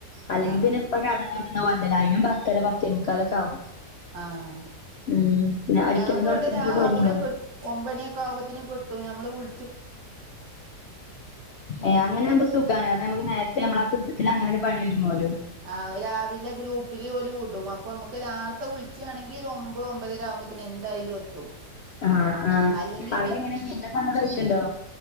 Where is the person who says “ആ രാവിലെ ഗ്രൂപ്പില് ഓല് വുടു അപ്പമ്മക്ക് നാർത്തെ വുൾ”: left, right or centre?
Right